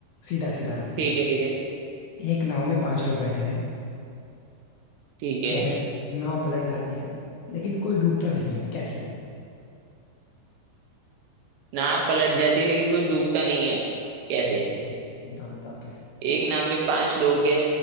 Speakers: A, on the left; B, on the right.
A: सीधा सीधा रखते
B: ठीक
A: हैं
B: है ठीक है
A: एक नाव में पांच लोग बैठे हैं
B: ठीक है
A: ठीक है नाव पलट जाती है लेकिन कोई डूबता नहीं है कैसे
B: नाव पलट जाती है लेकिन कोई डूबता नहीं है कैसे
A: हम्म, कैसे बताओ बताओ कैसे
B: एक नाव में पांच लोग है